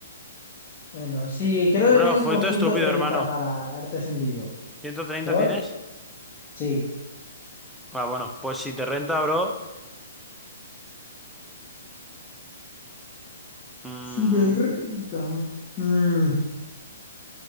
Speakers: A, on the left (about 30°); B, in the centre.
A: Bueno, sí, creo
B: Bro,
A: que tengo
B: fue
A: como
B: todo
A: ciento
B: estúpido,
A: treinta
B: hermano.
A: para artes en vivo.
B: ¿130
A: ¿Por?
B: tienes?
A: Sí.
B: Ah, bueno, pues si te renta, bro. mm,
A: Sí me renta. Mm,